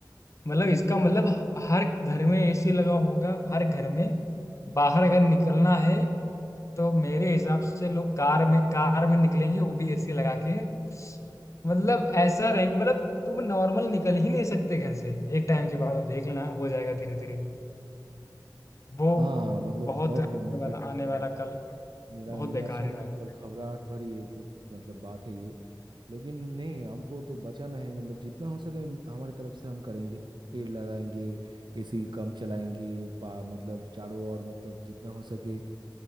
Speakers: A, on the left (about 40°); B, on the right (about 80°).
A: मतलब इसका मतलब ह- हर घर में एसी लगा होगा हर घर में बाहर अगर निकलना है तो मेरे हिसाब से लोग कार में कार में निकलेंगे वो भी एसी लगा के मतलब ऐसा रहेंगे मतलब तुम नॉर्मल निकल ही नहीं सकते घर से एक टाइम के बाद देखना हो जाएगा धीरे धीरे वो
B: हाँ मतलब
A: बहुत
B: बहुत
A: आने
B: मतलब
A: वाला
B: अ,
A: आने वाला
B: मतलब
A: कल
B: निरा
A: बहुत
B: निराशाजनक
A: बेकार है भाई
B: और घबराहट भरी एक मतलब बात है ये लेकिन नहीं हमको तो बचाना है मतलब जितना हो सके हम- हमारी तरफ से हम करेंगे पेड़ लगाएंगे एसी कम चलाएंगे पा मतलब चारों ओर मतलब जितना हो सके